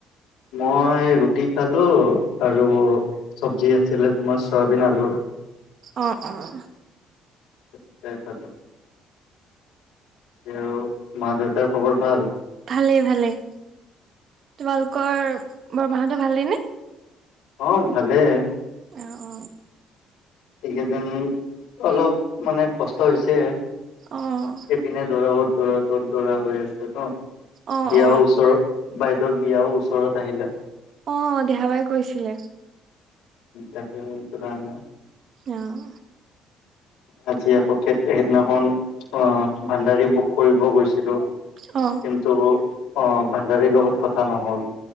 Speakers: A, on the left (about 80°); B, on the right (about 55°).
A: মই ৰুটি খালোঁ আৰু- চব্জি আছিলে, তোমাৰ চয়াবিন আলু।
B: অঁ অঁ
A: <unintelligible> আৰু মা দেউতাৰ খবৰ ভাল।
B: ভালেই ভালেই তোমালোকৰ বৰমা হতঁৰ ভালেই নে।
A: অঁ ভালেই।
B: অ অ।
A: এইকেইদিন অলপ মানে কষ্ট হৈছে।
B: অহ।
A: দিনে ধৰা 'ত দৰা ত'ত দৰা হৈ আছে ন
B: অ
A: বিয়াও
B: অ
A: ওচৰত। বাইদেউৰ বিয়াও ওচৰত আহিলে।
B: অ দেহাবাই কৈছিলে।
A: তাকে সেইটো কাৰণে।
B: অহ।
A: আজি আকৌ সেই -সেইদিনাখন আহ ভাণ্ডাৰী বুক কৰিব গৈছিলোঁ।
B: অ।
A: কিন্তু অ ভাণ্ডাৰীৰ লগত কথা নহ'ল।